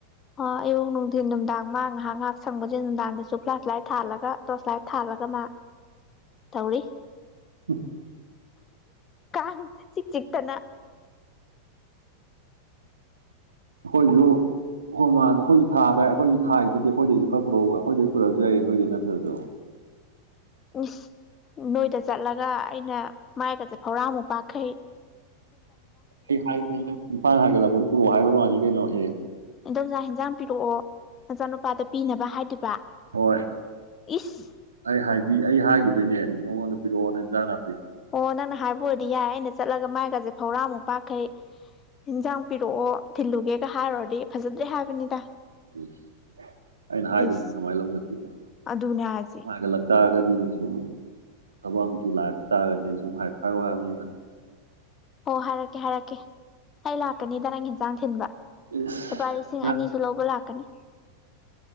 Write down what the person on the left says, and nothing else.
ꯑ ꯑꯌꯨꯛ ꯅꯨꯡꯊꯤꯟ ꯅꯨꯡꯗꯥꯡ ꯃꯥ ꯉꯥꯏꯍ ꯉꯥꯏꯍꯥꯛ ꯁꯪꯕꯁꯦ ꯅꯨꯡꯗꯥꯡꯗꯁꯨ ꯐ꯭ꯂꯥꯁ ꯂꯥꯏꯠ ꯊꯥꯜꯂꯒ ꯇꯣꯔꯁ ꯂꯥꯏꯠ ꯊꯥꯜꯂꯒ ꯃꯥ ꯇꯧꯔꯤ
ꯀꯥꯟ ꯆꯤꯛ ꯆꯤꯛꯇꯅ
ꯎ ꯅꯣꯏꯗ ꯆꯠꯂꯒ ꯑꯩꯅ ꯃꯥꯏꯒ ꯆꯠꯄ ꯍꯧꯧꯔꯥ ꯃꯄꯥꯈꯩ
ꯏꯟꯗꯣꯝꯆꯥ ꯍꯦꯟꯖꯥꯡ ꯄꯤꯔꯛꯑꯣ ꯅꯆꯥꯅꯨꯄꯥꯗ ꯄꯤꯅꯕ ꯍꯥꯏꯗꯨꯕ
ꯏꯁ
ꯑꯣ ꯅꯪꯅ ꯍꯥꯏꯕ ꯑꯣꯏꯔꯗꯤ ꯌꯥꯏ ꯑꯩꯅ ꯆꯠꯂꯒ ꯃꯥꯏꯒꯁꯦ ꯐꯧꯔꯥꯃꯨꯛ ꯄꯥꯈꯩ ꯌꯦꯟꯖꯥꯡ ꯄꯤꯔꯛꯑꯣ ꯊꯤꯜꯂꯨꯒꯦꯒ ꯍꯥꯏꯔꯨꯔꯗꯤ ꯐꯖꯅ ꯍꯥꯏꯕꯅꯤꯗ
ꯏꯁ
ꯑꯗꯨꯅꯦ ꯍꯥꯏꯁꯦ
ꯑꯣ ꯍꯥꯏꯔꯛꯀꯦ ꯍꯥꯏꯔꯛꯀꯦ ꯑꯩ ꯂꯥꯛꯀꯅꯤ ꯗ ꯅꯪ ꯌꯦꯟꯖꯥꯡ ꯊꯤꯟꯕ
ꯂꯨꯄꯥ ꯂꯤꯁꯤꯡ ꯑꯅꯤꯁꯨ ꯂꯧꯕ ꯂꯥꯛꯀꯅꯤ